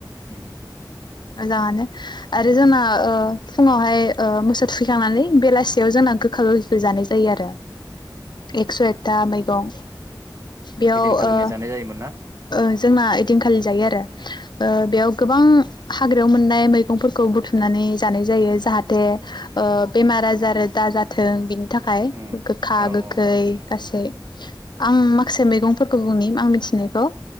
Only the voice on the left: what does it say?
जाङानो आरो जोंना
ओ फुङावहाय ओ मोसौ थुखैखांनानै बेलासियाव जोंना गोखा गोखैखौ जानाय जायो आरो एगस' एगथा मै दं बेयाव
ओ
ओ जोंना ओइदिनखालि जायो आरो ओ बेयाव गोबां हाग्रायाव मोननाय मैगंफोरखौ बुथुमनानै जानाय जायो जाहा थे ओ बेमार आजार दा जाथों थों बिनि नि थाखाय
गोखा
गोखै
गासै आं माखासे मैगंफोरखौ बुंनि आं मिथिनायखौ